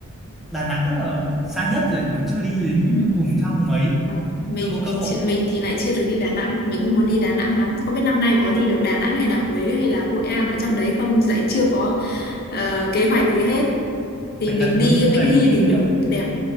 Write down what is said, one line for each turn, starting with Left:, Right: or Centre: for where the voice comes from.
Centre: Đà Nẵng là xa nhất rồi còn chưa đi đến
Left: ừ.
Centre: vùng trong ấy
Left: ờ, mình
Centre: chưa có
Left: mình
Centre: cơ hội
Left: chịu mình thì lại chưa được đi Đà Nẵng mình cũng muốn đi Đà Nẵng lắm không biết năm nay có đi được Đà Nẵng hay là Huế hay là Hội An ở trong đấy không lại chưa có ờ, kế hoạch gì hết thì
Centre: phải
Left: mình
Centre: cần
Left: đi
Centre: có những
Left: Vĩnh
Centre: người
Left: Hy
Centre: có kinh
Left: thì
Centre: nghiệm
Left: cũng đẹp